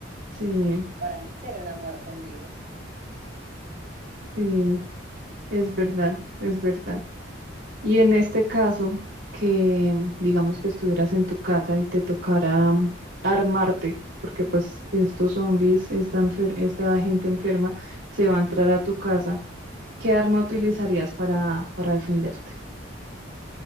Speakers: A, on the right; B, on the right.
A: Sí,
B: Para mí sería una muerte en vida.
A: sí, es verdad, es verdad. Y en este caso, que digamos que estuvieras en tu casa y te tocara mm, armarte, porque pues estos zombies, esta, enfer- esta gente enferma se va a entrar a tu casa ¿Qué arma utilizarías para, para defenderte?